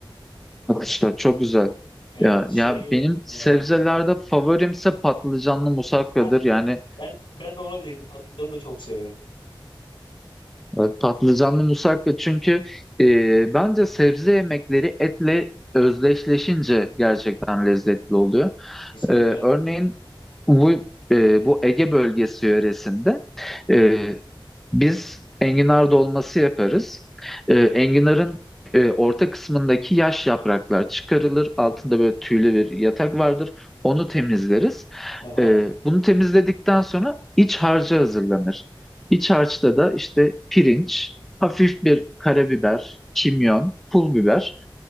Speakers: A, in the centre; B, on the left (about 70°).
A: Bak işte çok güzel.
B: Evet
A: Ya,
B: şey
A: ya benim sebzelerde
B: e,
A: favorimse patlıcanlı musakkadır.
B: heh,
A: Yani
B: ben ben de onu diyecektim. Patlıcanı da çok severim.
A: e, patlıcanlı musakka çünkü e, bence sebze yemekleri etle özdeşleşince gerçekten lezzetli oluyor.
B: Kesinlikle.
A: Ee, örneğin bu, e, bu Ege bölgesi yöresinde e, biz enginar dolması yaparız. E, enginarın e, orta kısmındaki yaş yapraklar çıkarılır. Altında böyle tüylü bir yatak vardır. Onu temizleriz.
B: Aha.
A: E, bunu temizledikten sonra iç harcı hazırlanır. İç harçta da işte pirinç, hafif bir karabiber, kimyon, pul biber.